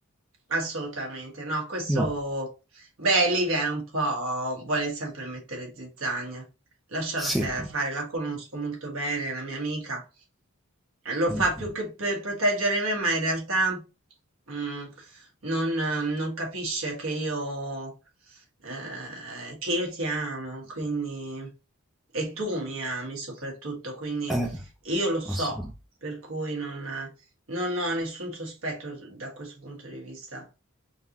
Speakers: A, on the right; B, in the centre.
A: Assolutamente, no, questo,
B: No,
A: beh, Livia è un po', vuole sempre mettere zizzagna, lasciala
B: sì,
A: fa- fare, la conosco molto bene, è una mia amica, lo fa
B: mm.
A: più che per proteggere me, ma in realtà mm, non, eh, non capisce che io, eh, che io ti amo, quindi, e tu mi ami soprattutto, quindi
B: Eh,
A: io lo so,
B: assolutamente.
A: per cui non non ho nessun sospetto da questo punto di vista.